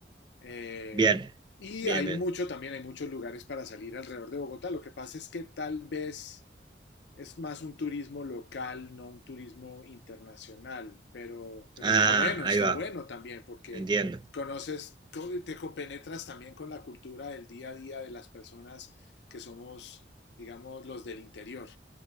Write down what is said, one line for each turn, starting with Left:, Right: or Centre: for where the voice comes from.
Left: Eh,
Right: bien,
Left: y
Right: bien,
Left: hay
Right: bien.
Left: mucho también, hay muchos lugares para salir alrededor de Bogotá. Lo que pasa es que tal vez es más un turismo local, no un turismo internacional, pero, pero
Right: Ah,
Left: está bueno,
Right: ahí
Left: está
Right: va,
Left: bueno también porque
Right: entiendo.
Left: conoces, co- te compenetras también con la cultura del día a día de las personas que somos, digamos, los del interior,